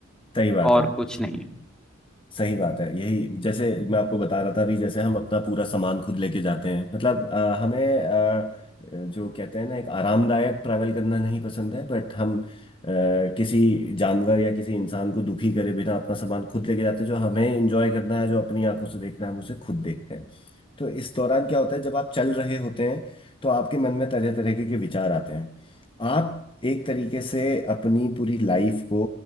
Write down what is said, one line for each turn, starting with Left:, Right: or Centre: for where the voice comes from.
Left: सही बात
Centre: और
Left: है
Centre: कुछ नहीं
Left: सही बात है यही जैसे मैं आपको बता रहा था अभी जैसे हम अपना पूरा सामान खुद लेके जाते हैं मतलब अ, हमें अ, जो कहते हैं ना एक आरामदायक ट्रैवल करना नहीं पसंद है बट हम अ, किसी जानवर या किसी इंसान को दुखी करे बिना अपना सामान खुद लेके जाते हैं जो हमें एंजॉय करना है जो अपनी आंखों से देखना है हम उसे खुद देखते हैं तो इस दौरान क्या होता है जब आप चल रहे होते हैं तो आपके मन में तरह तरह के के विचार आते हैं आप एक तरीके से अपनी पूरी लाइफ को